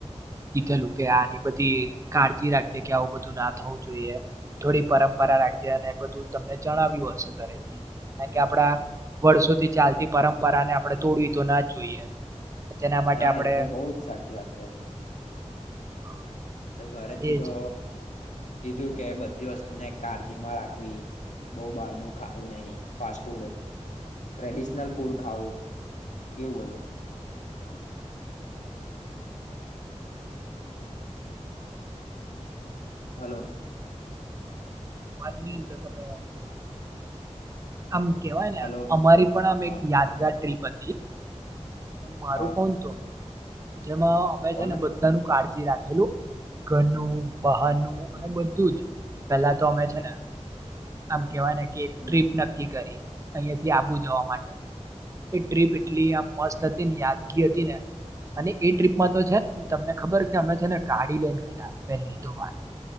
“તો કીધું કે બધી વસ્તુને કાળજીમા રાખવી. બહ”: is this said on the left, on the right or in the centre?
Left